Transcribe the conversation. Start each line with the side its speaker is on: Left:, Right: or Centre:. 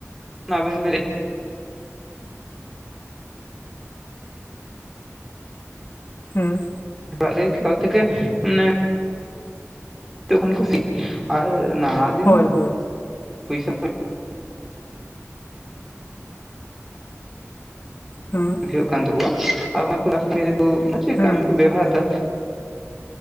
Centre: ᱚᱱᱟ ᱵᱮᱱ <inaudible>
Left: ᱦᱩᱸ᱾
Centre: ᱚᱲᱟᱜ ᱨᱮ ᱮᱠᱟᱞ ᱛᱮᱜᱮ ᱢᱟᱱᱮ ᱡᱚᱠᱷᱚᱱ ᱠᱩ ᱥᱤ, ᱟᱨ ᱱᱟᱦᱟᱜ ᱫᱤᱱ
Left: ᱦᱳᱭ
Centre: ᱦᱚᱸ
Left: ᱦᱳᱭ
Centre: ᱯᱩᱭᱥᱟ <inaudible>
Left: ᱦᱩᱸ᱾
Centre: ᱦᱩᱭᱩᱜ ᱠᱟᱱ ᱛᱟᱠᱚᱣᱟ, ᱟᱨ ᱚᱱᱟ ᱠᱩ ᱞᱟᱥᱴ ᱠᱟᱢᱤ ᱨᱮᱠᱚ <inaudible>
Left: ᱦᱩᱸ
Centre: ᱠᱟᱹᱢᱤ ᱠᱚ ᱵᱮᱵᱦᱟᱨᱫᱟ᱾